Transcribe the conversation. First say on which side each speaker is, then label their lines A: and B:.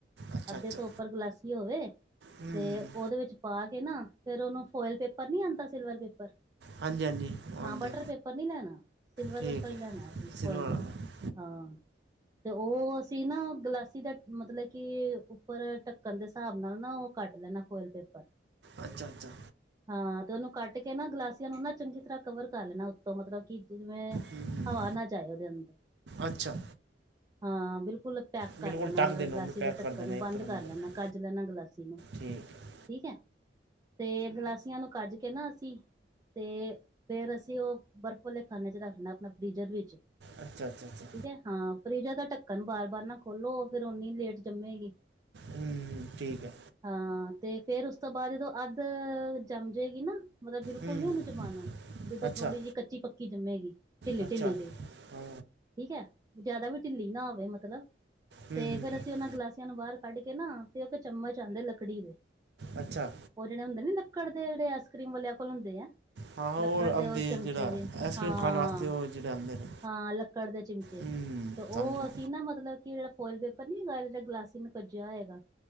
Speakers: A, on the right; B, on the right.
A: ਅੱਛਾ
B: ਅੱਧੇ
A: ਅੱਛਾ
B: ਤੋਂ ਉੱਪਰ ਗਲਾਸੀ ਹੋਵੇ
A: ਹੂੰ
B: ਤੇ ਉਹਦੇ ਵਿੱਚ ਪਾ ਕੇ ਨਾ ਫਿਰ ਉਹਨੂੰ ਫੋਇਲ ਪੇਪਰ ਨਹੀਂ ਆਂਦਾ ਸਿਲਵਰ ਪੇਪਰ
A: ਹਾਂਜੀ ਹਾਂਜੀ। ਉਹ ਆਉਂਦਾ
B: ਹਾਂ ਬਟਰ ਪੇਪਰ ਨੀ ਲੈਣਾ ਸਿਲਵਰ
A: ਠੀਕ
B: ਪੇਪਰ
A: ਹੈ
B: ਲੈਣਾ ਕੋਇਲ
A: ਸਿਲਵਰ
B: ਪੇਪਰ
A: ਵਾਲਾ
B: ਹਾਂ ਤੇ ਉਹ ਅਸੀਂ ਨਾ ਗਲਾਸੀ ਦਾ ਮਤਲਬ ਕਿ ਉੱਪਰ ਢੱਕਣ ਦੇ ਹਿਸਾਬ ਨਾਲ ਨਾ ਉਹ ਕੱਟ ਲੈਣਾ ਫੋਇਲ ਪੇਪਰ
A: ਅੱਛਾ ਅੱਛਾ।
B: ਹਾਂ ਤੇ ਉਹਨੂੰ ਕੱਟ ਕੇ ਨਾ ਗਲਾਸੀਆਂ ਨੂੰ ਨਾ ਚੰਗੀ ਤਰ੍ਹਾਂ ਕਵਰ ਕਰ ਲੈਣਾ ਉੱਤੋਂ ਮਤਲਬ ਕਿ ਜਿਵੇਂ
A: ਹੂੰ
B: ਹਵਾ ਨਾ ਜਾਏ ਉਹਦੇ ਅੰਦਰ।
A: ਅੱਛਾ।
B: ਹਾਂ ਬਿਲਕੁਲ ਪੈਕ ਕਰ
A: ਬਿਲਕੁਲ
B: ਦੇਨਾ
A: ਢੱਕ
B: ਮਤਲਬ
A: ਦੇਣਾ
B: ਗਲਾਸੀ
A: ਉਹਨੂੰ ਪੈਕ
B: ਦੇ ਢੱਕਣ
A: ਕਰ ਦੇਣਾ
B: ਨੂੰ
A: ਇੱਕ
B: ਬੰਦ
A: ਤਰ੍ਹਾਂ
B: ਕਰ
A: ਮਤਲਬ
B: ਲੈਣਾ ਕੱਜ ਲੈਣਾ ਗਲਾਸੀ ਨੂੰ
A: ਠੀਕ ਹੈ।
B: ਠੀਕ ਹੈ। ਤੇ ਗਲਾਸੀਆਂ ਨੂੰ ਕੱਜ ਕੇ ਨਾ ਅਸੀਂ ਤੇ ਫਿਰ ਅਸੀਂ ਉਹ ਬਰਫ਼ ਵਾਲੇ ਖਾਨੇ ਚ ਰੱਖਣਾ ਆਪਣਾ ਫ੍ਰਿਜਰ ਵਿੱਚ
A: ਅੱਛਾ, ਅੱਛਾ, ਅੱਛਾ।
B: ਠੀਕ ਹੈ ਹਾਂ ਫਰੀਜਰ ਦਾ ਢੱਕਣ ਬਾਰ ਬਾਰ ਨਾ ਖੋਲੋ ਫਿਰ ਓਨੀ ਲੇਟ ਜੰਮੇਗੀ।
A: ਹਮ ਠੀਕ ਆ।
B: ਹਾਂ ਤੇ ਫੇਰ ਉਸ ਤੋਂ ਬਾਅਦ ਜਦੋਂ ਅੱਧ ਜੰਮ ਜਾਏਗੀ ਨਾ। ਮਤਲਬ ਬਿਲਕੁਲ
A: ਹੂੰ
B: ਨੀ ਉਹਨੂੰ ਜਮਾਨਾ ਜਦੋਂ
A: ਅੱਛਾ
B: ਥੋੜੀ ਜਿਹੀ ਕੱਚੀ ਪੱਕੀ ਜੰਮੇਗੀ ਢਿੱਲੀ
A: ਅੱਛਾ
B: ਢਿੱਲੀ ਜਿਹੀ।
A: ਹਾਂ
B: ਠੀਕ ਹੈ ਜਿਆਦਾ ਵੀ ਢਿੱਲੀ ਨਾ ਹੋਵੇ ਮਤਲਬ
A: ਹੂੰ
B: ਤੇ
A: ਹੂੰ
B: ਫੇਰ ਅਸੀਂ ਉਹਨਾਂ ਗਲਾਸੀਆਂ ਨੂੰ ਬਾਹਰ। ਕੱਢ ਕੇ ਨਾ ਤੇ ਉਹ ਚਮਚ ਆਉਂਦੇ ਲੱਕੜੀ ਦੇ।
A: ਅੱਛਾ
B: ਉਹ ਜਿਹੜੇ ਹੁੰਦੇ ਲੱਕੜ ਦੇ ਜਿਹੜੇ ਆਈਸਕ੍ਰੀਮ ਵਾਲਿਆਂ ਕੋਲ ਹੁੰਦੇ ਆ।
A: ਹਾਂ
B: ਲੱਕੜ
A: ਆਉਂਦੇ
B: ਦੇ ਉਹ ਚਮਚੇ
A: ਜਿਹੜਾ
B: ਜੇ
A: ਆਈਸਕ੍ਰੀਮ
B: ਹਾਂ
A: ਖਾਣ ਵਾਸਤੇ ਉਹ ਜਿਹੜੇ ਆਉਂਦੇ ਨੇ
B: ਹਾਂ ਲੱਕੜ ਦੇ ਚਮਚੇ।
A: ਹੂੰ
B: ਤੇ ਉਹ
A: ਸਮਝ ਗਿਆ
B: ਅਸੀਂ ਨਾ ਮਤਲਬ ਕਿ ਜਿਹੜਾ। ਫੋਇਲ ਪੇਪਰ ਨੀ ਹੈਗਾ ਜਿਹੜਾ ਗਲਾਸੀ ਨੂੰ ਕੱਜਿਆ ਹੋਏਗਾ